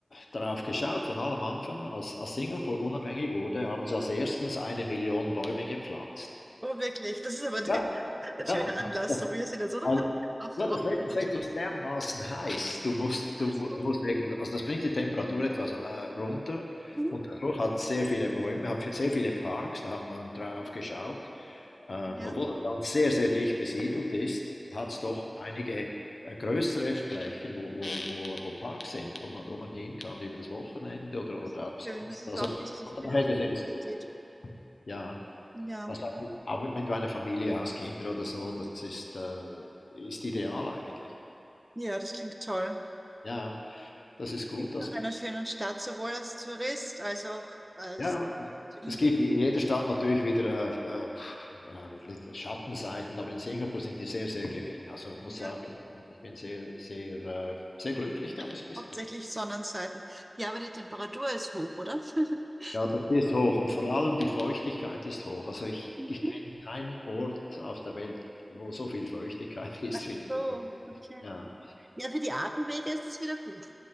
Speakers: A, on the left; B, on the right.
A: darauf geschaut, von allem Anfang an. Als, als Singapur unabhängig wurde, haben sie als erstens eine Million Bäume gepflanzt.
B: Oh, wirklich. Das ist aber de-
A: Ja.
B: <laughs> ein
A: Ja,
B: schöner Anlass. So, wir sind jetzt, oder?
A: Also,
B: Auf,
A: ja, das
B: auch
A: Wetter,
B: in der
A: das
B: Natur.
A: Wetter ist dermaßen heiß. Du musst,
B: Ach
A: du, mu-
B: so.
A: du musst wegen, also das bringt die Temperatur etwas äh, runter
B: Mhm.
A: und dadurch hat es sehr viele Bäume, hat sehr viele Parks, da hat man drauf geschaut. Ähm,
B: Ja,
A: obwohl das Land sehr, sehr dicht besiedelt ist, hat
B: mhm.
A: es doch einige äh, größere Flächen, wo, wo, wo, wo Parks sind, wo man, wo man hin kann über das Wochenende oder,
B: das
A: oder
B: ist
A: auch sonst.
B: schön. Das ist
A: Also
B: auch wichtig
A: von daher
B: für die
A: gesehen
B: Lebensqualität.
A: ist es gut. Ja,
B: Ja,
A: also auch mit, auch mit meiner Familie, hast Kinder oder so, das ist, äh, ist ideal eigentlich.
B: ja, das klingt toll.
A: Ja, das ist gut.
B: Klingt
A: Also,
B: nach einer schönen Stadt, sowohl als Tourist als auch als
A: ja,
B: Inge-
A: es gibt in jeder Stadt natürlich wieder äh, äh, äh, Lit- Schattenseiten, aber in Singapur sind die sehr, sehr gering. Also ich muss
B: ja,
A: sagen, ich bin sehr, sehr, äh, sehr glücklich da, muss ich
B: hauptsächlich
A: sagen.
B: Sonnenseiten. Ja, aber die Temperatur ist hoch, oder? <laughs>
A: Ja, das ist hoch und vor allem die Feuchtigkeit ist hoch. Also ich,
B: Mhm.
A: ich kenne keinen Ort auf der Welt, wo so viel Feuchtigkeit <laughs> ist
B: Ach
A: wie in Singapur.
B: so, okay.
A: Ja.
B: Ja, für die Atemwege ist das wieder gut.